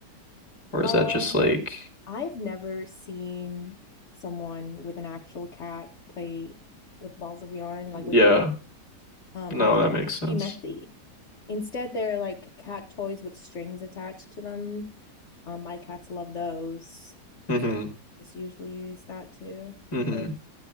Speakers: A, on the left (about 20°); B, on the left (about 50°).
A: Or
B: Um,
A: is that just like
B: I've never seen someone with an actual cat play with balls of yarn,
A: yeah,
B: like with their cat. Um,
A: no,
B: I think
A: that makes
B: it'd just
A: sense.
B: be messy. Instead, they're like cat toys with strings attached to them. Um, my cats love those.
A: Mm-hmm.
B: Just usually use that to
A: Mm-hmm.
B: play.